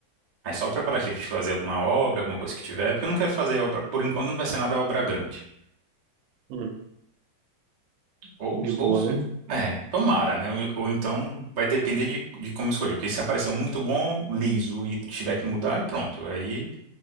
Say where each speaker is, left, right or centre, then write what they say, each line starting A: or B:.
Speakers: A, on the right (about 60°); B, on the right (about 85°).
A: Aí só o preparativo de fazer alguma obra, alguma coisa que tiver, porque eu não quero fazer obra, por enquanto não vai ser nada obra grande.
B: Hum,
A: Ou,
B: de boa,
A: ou
B: né?
A: é, tomara, né? Ou, ou então vai depender de, de como escolher, porque se aparecer um muito bom, liso, e tiver que mudar, e pronto. Aí